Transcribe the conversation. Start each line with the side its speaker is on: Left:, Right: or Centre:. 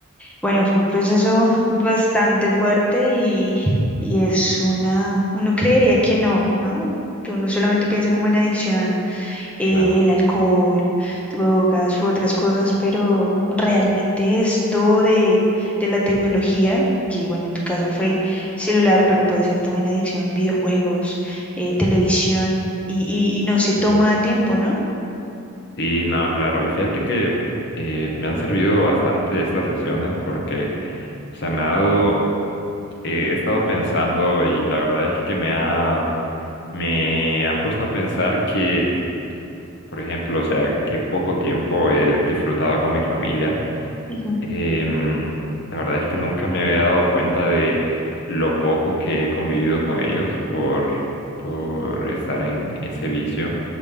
Centre: bueno, fue un proceso bastante fuerte y, y es una, uno creería que no, ¿no? Uno solamente piensa como en adicción. eh,
Left: Claro,
Centre: el alcohol, drogas u otras cosas, pero realmente esto de, de la tecnología, que bueno, en tu caso fue celular, pero puede ser también adicción, videojuegos, eh, televisión,
Left: sí,
Centre: y, y, y no se toma
Left: claro.
Centre: a tiempo, ¿no?
Left: Sí, no, claro. Y fíjate que eh, me han servido bastante estas sesiones porque, o sea, me ha dado, eh, he estado pensando y la verdad es que me ha, me ha puesto a pensar que, por ejemplo, o sea, que poco tiempo he disfrutado con mi familia.
Centre: Ujú,
Left: Em, la verdad es que nunca me había dado cuenta de lo poco que he convivido con ellos por, por estar en ese vicio.